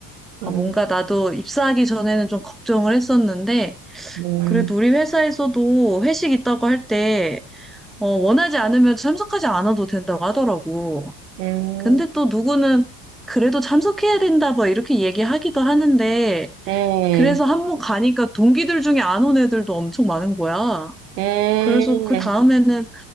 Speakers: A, on the right; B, in the centre.
A: 음,
B: 어, 뭔가 나도 입사하기 전에는 좀 걱정을 했었는데,
A: 음,
B: 그래도 우리 회사에서도 회식 있다고 할 때, 어, 원하지 않으면 참석하지 않아도 된다고 하더라고.
A: 음,
B: 근데 또 누구는 그래도 참석해야 된다, 뭐, 이렇게 얘기하기도 하는데,
A: 음,
B: 그래서 한 번 가니까 동기들 중에 안 온 애들도 엄청 많은 거야.
A: 음.
B: 그래서 그 다음에는,